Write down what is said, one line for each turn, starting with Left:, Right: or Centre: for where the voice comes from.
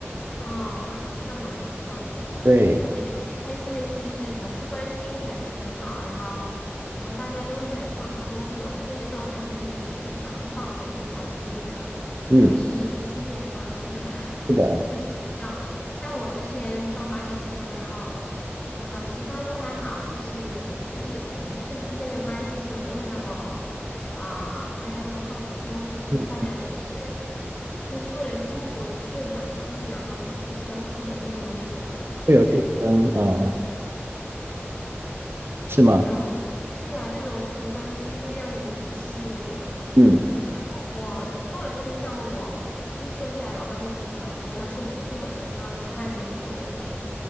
Left: 哦，那那蛮不错的诶。
Right: 对，
Left: 我觉得最开心的事就是同事关系很很好，然后然后大家都很放松，这种真的状态真的是非常棒的一种环境，真的有意义、
Right: 嗯，
Left: 健康，真的 <laughs>
Right: 是的，
Left: 这是最重要的。像我之前上班的时候，然后然后其他都还好，就是就是同事之间的关系就没有那么。啊，没有那么放松，就是大家都是
Right: 嗯，
Left: 都是为了争夺一个奖金，然后就是相互的利用这种的，就是
Right: 会有竞争啊，呃是吗？
Left: 这种，对啊，这种这种关系会让你很窒息的这种。
Right: 嗯
Left: 比如说我我做了这个项目，我我必须要在老板面前邀功，那是我做的，然后其他人没做，那就是